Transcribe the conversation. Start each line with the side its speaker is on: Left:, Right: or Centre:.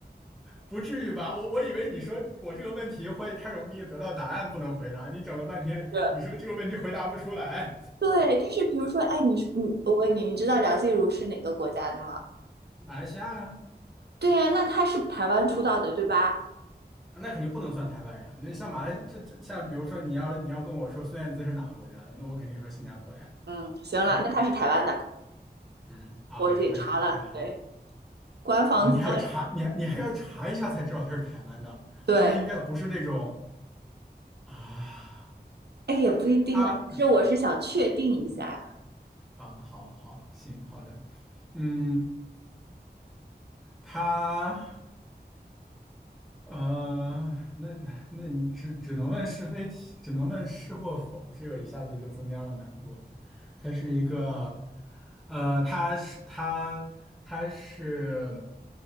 Centre: 不至于吧？我我以为你说我这个问题会太容易得到答案，不能回答。你整了半天，
Right: 个。
Centre: 你说这个问题回答不出来。
Right: 对，就是比如说，哎，你你我问你，你知道梁静茹是哪个国家的吗？
Centre: <laughs> 马来西亚呀，
Right: 对呀、那她是台湾出道的，对吧？
Centre: 那肯定不能算台湾人啊那像马来这这像比如说你要你要跟我说孙燕姿是哪个国家的，那我肯定说新加坡的呀。
Right: 嗯，行了，
Centre: 嗯
Right: 那她是台湾的，
Centre: 嗯，OK，
Right: 我得查了，
Centre: 他是台台湾的。
Right: 对，官方资料，
Centre: 哦，你还要查，你还你还要查一下才知道他是台湾的，
Right: 对，
Centre: 那他应该不是那种啊，
Right: 哎，也不一定啊，
Centre: 他
Right: 只是我是想确定一下
Centre: 啊，好好行，好的，嗯，他。呃，那那那你只只能问是非题，只能问是或否，这个一下子就增加了难度了。它是一个，呃，它是它它是，